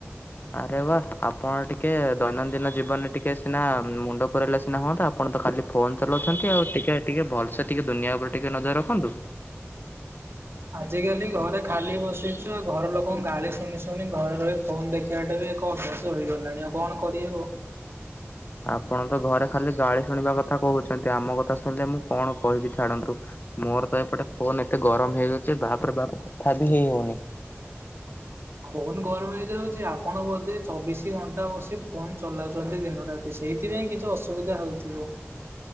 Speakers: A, on the left (about 45°); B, on the right (about 60°).
A: ଆରେ ବା ଆପଣ ଟିକେ ଦୈନନ୍ଦିନ ଜୀବନରେ ଟିକେ ସିନା ମୁଣ୍ଡ ପୁରେଇଲେ ସିନା ହୁଅନ୍ତା ଆପଣ ତ ଖାଲି ଫୋନ୍ ଚଲାଉଛନ୍ତି ଆଉ ଟିକେ ଟିକେ ଭଲ୍ସେ ଟିକେ ଦୁନିଆ ଉପରେ ଟିକେ ନଜର ରଖନ୍ତୁ।
B: ଆଜିକାଲି ଘରେ ଖାଲି ବସିଚ। ଘର ଲୋକଙ୍କ ଗାଳି ଶୁଣି ଶୁଣି ଘରେ ରହି ଫୋନ୍ ଦେଖିବା ଟା ବି ଏକ ଅଭ୍ୟାସ ହେଇଗଲାଣି ଆଉ କଣ କରିହବ। <inaudible>
A: ଆପଣ ତ ଘରେ ଖାଲି ଗାଳି ଶୁଣିବା କଥା କହୁଛନ୍ତି ଆମ କଥା ଶୁଣିଲେ ମୁଁ କଣ କହିବି ଛାଡନ୍ତୁ। ମୋର ତ ଏପଟେ ଫୋନ୍ ଏତେ ଗରମ ହେଇଯାଉଛି ବାପ୍ରେ ବାପ୍ କଥା ବି ହେଇ ହଉନି।
B: ଫୋନ୍ ଗରମ ହେଇଯାଉଚି ଆପଣ ବୋଧେ ଚବିଶି ଘଣ୍ଟା ବସି ଫୋନ୍ ଚଲାଉଛନ୍ତି ଦିନ ରା ତି ସେଇଥିପାଇଁ କିଛି ଅସୁବିଧା ହଉଥିବ।